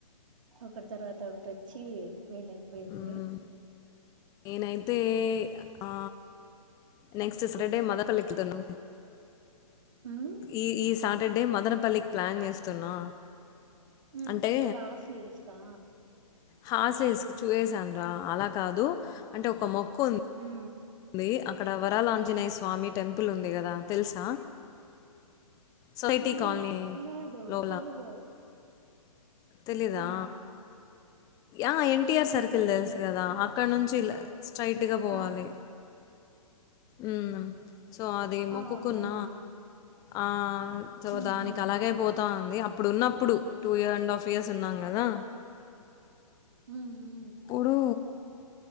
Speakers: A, on the right (about 55°); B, on the left (about 20°).
A: ఒకటి తర్వాత ఒకటొచ్చి మేలయిపోయింది
B: మ్మ్ నేనైతే ఆ నెక్స్ట్ సాటర్డే మదనపల్లి ఎక్కుతున్న
A: మ్మ్
B: ఈ ఈ సాటర్డే మదనపల్లికి ప్లాన్ చేస్తున్నా
A: ఉమ్
B: అంటే
A: <inaudible> <unintelligible> అదా ఆస్లీ ఇల్స్కా
B: హాస్టస్ చూసేసాను రా అలా కాదు అంటే ఒక మొక్కు ఉం
A: ఉమ్
B: ది అక్కడ వరాలాంజనేయ స్వామి టెంపుల్ ఉంది కదా తెలుసా సొసైటికాలనీ
A: ఆహా లేదు
B: లో
A: తెలీదు
B: తెలీదా
A: అవునా
B: ఆ ఎన్టీఆర్
A: ఆహా
B: సర్కిల్
A: తెలీదు
B: తెలుసు
A: నేను
B: కదా
A: ఆ
B: అక్కడ నుంచి స్ట్రెయిట్ గా పోవాలి
A: ఆ
B: ఉమ్ సో అది మొక్కుకున్న
A: ఆ, అవునా
B: ఆ సో
A: మ్మ్
B: దానికి
A: మ్మ్
B: అలాగే పోతు తా అంది అప్పుడు ఉన్నప్పుడు two year and half years ఉన్నాం కదా
A: ఉమ్ ఉమ్
B: ఇప్పుడు